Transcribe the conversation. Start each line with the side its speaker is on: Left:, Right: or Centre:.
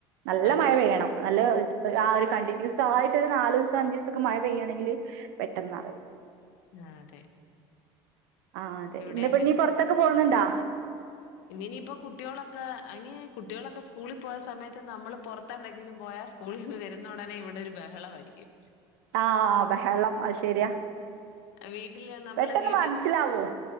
Right: നല്ല
Left: അതെ
Right: മഴ പെയ്യണം നല്ല <unintelligible> ആ ഒരു കണ്ടിന്യൂസ് ആയിട്ട് ഒരു നാ ലീ സം അഞ്ചീസൊക്കെ മഴ പെയ്യണെങ്കില് പെട്ടെന്നറിം
Left: ആഹ് അതെ
Right: ആഹ് അതെ
Left: ഇവിടെ
Right: ഇന്നിപ്പ നീ പുറത്തൊക്കെ പോണ് ണ്ടോ
Left: ഇന്ന് ഇനിയിപ്പോ കുട്ടികളൊക്കെ അതിന് കുട്ടികളൊക്കെ സ്കൂളിൽ പോയ സമയത്ത് നമ്മള് പുറത്തെ എവിടെയെങ്കിലും പോയാൽ സ്കൂളിൽ നിന്ന് വരുന്ന ഉടനെ ഇവിടെ ഒരു ബഹള വായിരിക്കും
Right: ആ ബഹളം അഹ് ശരിയാ
Left: വീട്ടില് നമ്മള്
Right: പെട്ടെന്ന്
Left: വീട്ടിൽ
Right: മനസിലാവും
Left: നി